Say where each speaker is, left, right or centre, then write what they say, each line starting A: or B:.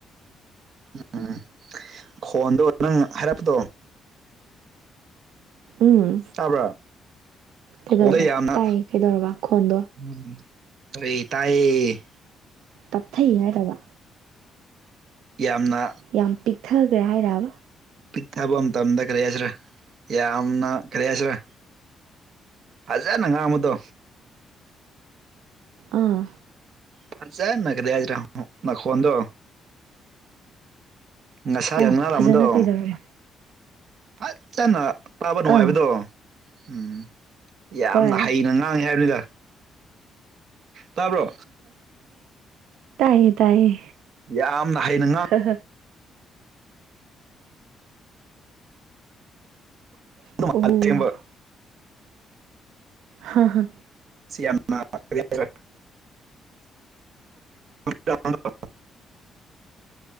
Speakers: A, on the right (about 60°); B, on the right (about 85°).
A: ꯎꯝꯝ ꯈꯣꯟꯗꯣ ꯅꯪ ꯍꯥꯏꯔꯛꯄꯗꯣ
B: ꯎꯝ
A: ꯇꯥꯕ꯭ꯔꯥ
B: ꯀꯩꯗꯧꯔꯕ
A: ꯈꯣꯟꯗꯣ ꯌꯥꯝꯅ
B: ꯇꯥꯏ ꯀꯩꯗꯧꯔꯕ ꯈꯣꯟꯗꯣ
A: ꯎꯝ ꯇꯥꯏ
B: ꯇꯞꯊꯩ ꯍꯥꯏꯔꯕ
A: ꯌꯥꯝꯅ
B: ꯌꯥꯝ ꯄꯤꯛꯊꯈ꯭ꯔꯦ ꯍꯥꯏꯔꯕ
A: ꯄꯤꯛ ꯊꯥꯕ ꯃꯇꯝꯗ ꯀꯔꯤ ꯍꯥꯏꯁꯤꯔꯥ ꯌꯥꯝꯅ ꯀꯔꯤ ꯍꯥꯏꯁꯤꯔꯥ ꯐꯖꯅ ꯉꯥꯡꯕꯗꯣ
B: ꯑꯥ
A: ꯐꯖꯥꯟꯅ ꯀꯔꯤ ꯍꯥꯢꯁꯤꯔ ꯃꯈꯣꯟꯗꯣ ꯉꯁꯥꯏ
B: ꯑꯥ
A: ꯊꯦꯟꯅꯔꯝꯕꯗꯣ
B: ꯐꯖꯅ ꯀꯩꯗꯧꯔꯦ
A: ꯐꯖꯅ ꯇꯥꯕ ꯅꯨꯡꯉꯥꯏꯕꯗꯣ
B: ꯑꯥ
A: ꯎꯝ ꯌꯥꯝꯅ
B: ꯍꯣꯏ
A: ꯍꯩꯅ ꯉꯥꯡ ꯃꯥꯅꯤ ꯍꯥꯏꯕꯅꯤꯗ ꯇꯥꯕ꯭ꯔꯣ
B: ꯇꯥꯏꯌꯦ ꯇꯥꯢꯌꯦ
A: ꯌꯥꯝꯅ ꯍꯩꯅ ꯉꯥ
B: ꯍꯥ ꯍꯥ ꯑꯣ
A: ꯃꯥꯜꯂꯦ ꯑꯁꯦꯡꯕ
B: ꯍꯥ ꯍꯥ ꯍ
A: ꯁꯤ ꯌꯥꯝ ꯀꯔꯤ ꯍꯥꯢꯁꯤꯔ ꯆꯥꯎ <inaudible>